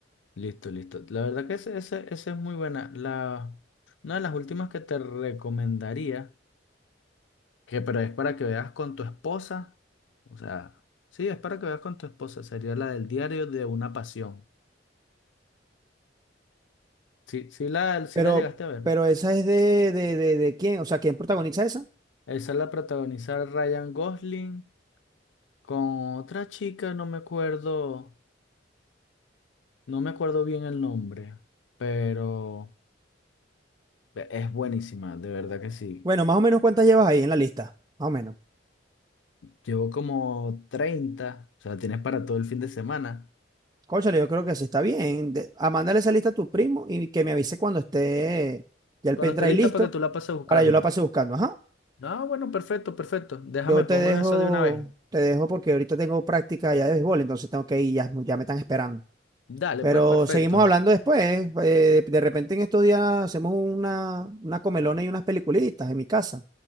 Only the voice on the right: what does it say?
Pero,
pero esa es de, de, de, de quién? O sea, ¿quién protagoniza esa?
Bueno, más o menos cuántas llevas ahí en la lista. Más o menos.
Cónchale, yo creo que sí está bien. De- a mandarle esa lista a tu primo y que me avise cuando esté ya el
pendrive
listo
para yo la pase buscando. Ajá.
Yo te
dejo,
te dejo porque ahorita tengo práctica ya de béisbol, entonces tengo que ir, ya, ya me están esperando.
Pero
seguimos hablando después. eh, de repente en estos días hacemos una, una comelona y unas peliculitas en mi casa.